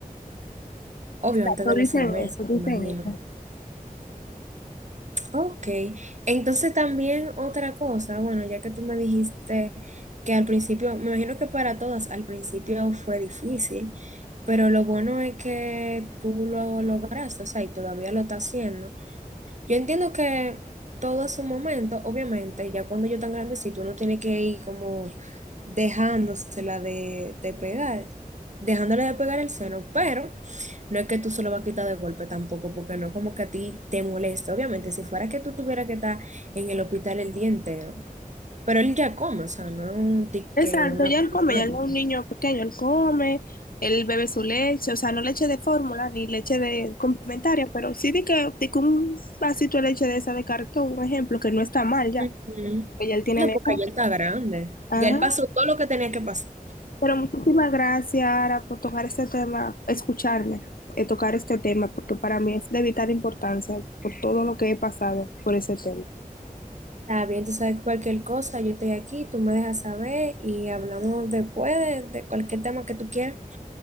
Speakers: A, on the right (about 50°); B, on the left (about 70°).
A: Obvio,
B: exacto,
A: antes de
B: dicen
A: los seis meses,
B: eso,
A: me
B: dicen
A: imagino.
B: eso.
A: Ok, entonces también otra cosa, bueno, ya que tú me dijiste que al principio, me imagino que para todas al principio fue difícil, pero lo bueno es que tú lo lograste, o sea, y todavía lo estás haciendo. Yo entiendo que todo a su momento, obviamente, ya cuando yo tan grandecito, uno tiene que ir como dejándosela de, de pegar, dejándole de pegar el seno, pero... No es que tú solo vas a quitar de golpe tampoco, porque no es como que a ti te moleste. Obviamente, si fuera que tú tuvieras que estar en el hospital el día entero, pero él ya come, o sea, no es un, di que
B: Exacto,
A: una
B: ya
A: problemática.
B: él come, ya él no es un niño pequeño, él come, él bebe su leche, o sea, no leche de fórmula ni leche de complementaria, pero sí de que, de que un vasito de leche de esa de cartón, un ejemplo, que no está mal ya,
A: Ujú.
B: que ya él tiene
A: No,
B: la
A: porque
B: edad.
A: ya está grande.
B: Ajá.
A: Ya él pasó todo lo que tenía que pasar.
B: Pero muchísimas gracias, Ara, por tocar este tema, escucharme, eh, tocar este tema, porque para mí es de vital importancia por todo lo que he pasado por ese tema.
A: Está bien, tú sabes cualquier cosa, yo estoy aquí, tú me dejas saber y hablamos después de de cualquier tema que tú quieras.